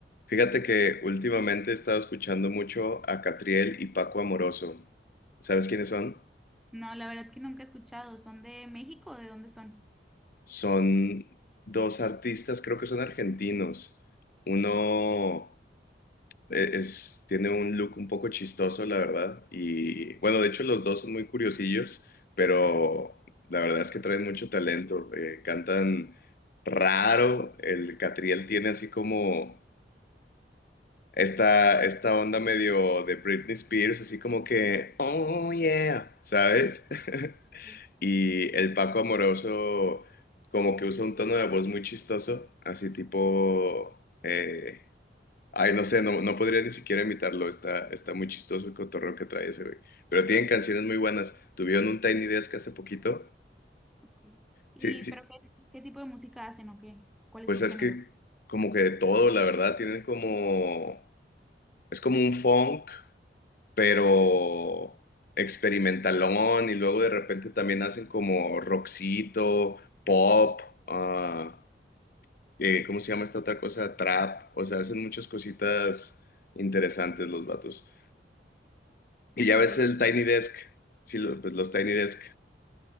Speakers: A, on the left; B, in the centre.
A: Fíjate que últimamente he estado escuchando mucho a Catriel y Paco Amoroso. ¿Sabes quiénes son?
B: No, la verdad que nunca he escuchado. ¿Son de México? o ¿De dónde son?
A: Son dos artistas, creo que son argentinos. Uno e- es, tiene un look un poco chistoso, la verdad. Y bueno, de hecho los dos son muy curiosillos, pero la verdad es que traen mucho talento. Eh, cantan raro. El Catriel tiene así como... Esta, esta onda medio de Britney Spears, así como que, oh yeah, ¿sabes? <laughs>
B: Mm,
A: Y el Paco Amoroso como que usa un tono de voz muy chistoso, así tipo, eh, ay, no sé, no, no podría ni siquiera imitarlo, está, está muy chistoso el cotorreo que trae ese güey. Pero tienen canciones muy buenas, tuvieron un Tiny Desk hace poquito,
B: ok. ¿Y
A: sí, sí,
B: pero qué, qué tipo de música hacen o qué? ¿Cuál
A: pues
B: es su
A: es
B: género?
A: que como que de todo, la verdad, tienen como, es como un funk pero experimentalón y luego de repente también hacen como rockcito, pop, ah, eh, ¿cómo se llama esta otra cosa? Trap, o sea, hacen muchas cositas interesantes los vatos. Y
B: Ok.
A: ya ves el Tiny Desk, sí, lo- pues los Tiny Desk.